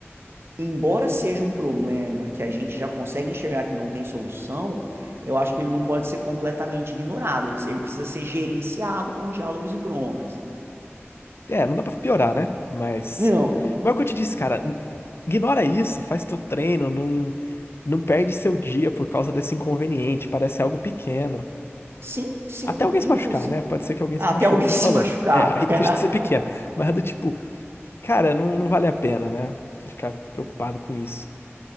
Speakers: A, on the right; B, on the left.
A: Embora seja um problema que a gente já consegue enxergar que não tem solução, eu acho que ele não pode ser completamente ignorado. Ele, ele precisa ser gerenciado com diálogos e broncas.
B: É, não dá pra piorar, né? Mas,
A: Não.
B: mas é o que eu te disse, cara, n- ignora isso, faz teu treino, não, não perde seu dia por causa desse inconveniente, parece algo pequeno.
A: Sim, sim,
B: Até alguém se
A: inclusive.
B: machucar, né? Pode ser que alguém
A: Até
B: se machuque,
A: alguém
B: tô
A: <laughs> se
B: falando.
A: machucar.
B: É, <laughs> aí deixa de ser
A: <laughs>
B: pequeno. Mas é do tipo, cara, não, não vale a pena, né? Ficar preocupado com isso.